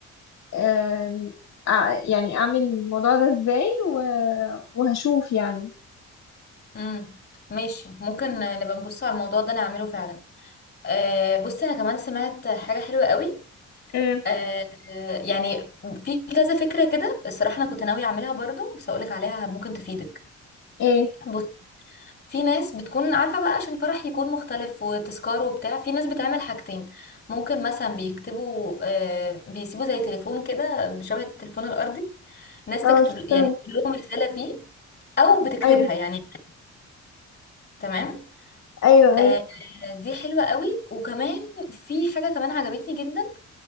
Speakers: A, on the left; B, on the left.
A: أم، أع- يعني أعمل الموضوع ده ازاي و- وهشوف يعني
B: امم ماشي ممكن نبقى نبص على الموضوع ده نعمله فعلا أه بصي انا كمان سمعت حاجه حلوه قوي
A: أه،
B: آه يعني في كذا فكرة كده الصراحة أنا كنت ناوية أعملها برضو بس أقولك عليها ممكن تفيدك
A: ايه
B: بص في ناس بتكون عارفة بقى عشان الفرح يكون مختلف وتذكار وبتاع في ناس بتعمل حاجتين ممكن مثلا بيكتبوا آه بيسيبوا زي تليفون كده شبه التليفون الأرضي ناس
A: اه
B: تكتب
A: شفتها
B: يعني تقول لهم رسالة فيه أو بتكتبها
A: ايوه
B: يعني تمام
A: ايوه
B: آه
A: ايوه
B: دي حلوة قوي وكمان في حاجة كمان عجبتني جدا